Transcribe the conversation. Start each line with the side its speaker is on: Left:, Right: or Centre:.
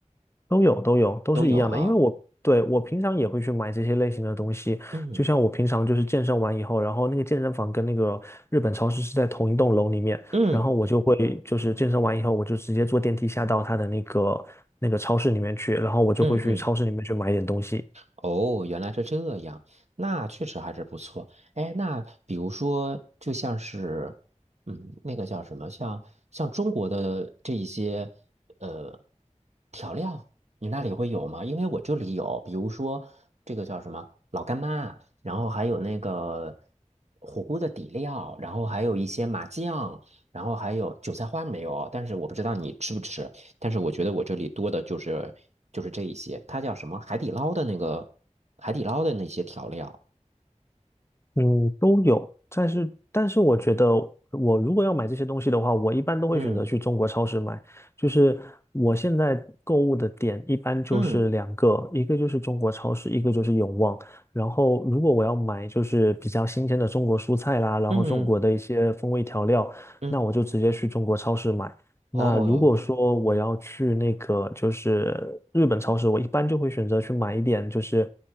Left: 都有都有，都是一样的。
Right: 都有哈。
Left: 因为我对我平常也会去买这些类型的东西，
Right: 嗯
Left: 就像我平常就是健身完以后，然后那个健身房跟那个日本超市是在同一栋楼里面，
Right: 嗯
Left: 然后我就会就是健身完以后，我就直接坐电梯下到他的那个那个超市里面去，然后我就会去超市里面去买一点东西。
Right: 嗯嗯哦，原来是这样，那确实还是不错。哎，那比如说，就像是，嗯，那个叫什么，像像中国的这一些呃调料，你那里会有吗？因为我这里有，比如说这个叫什么老干妈，然后还有那个火锅的底料，然后还有一些麻酱，然后还有韭菜花没有，但是我不知道你吃不吃。但是我觉得我这里多的就是就是这一些，它叫什么？海底捞的那个海底捞的那些调料。
Left: 嗯，都有，但是但是我觉得，我如果要买这些东西的话，我一般都会选择去中国超市买。
Right: 嗯
Left: 就是我现在购物的点一般就是两个，
Right: 嗯
Left: 一个就是中国超市，一个就是永旺。然后如果我要买就是比较新鲜的中国蔬菜啦，然后中国的一些风味调料，
Right: 嗯嗯，
Left: 那我就直接去中国超市买。那如果说我要去那个就是日本超市，
Right: 哦哟
Left: 我一般就会选择去买一点就是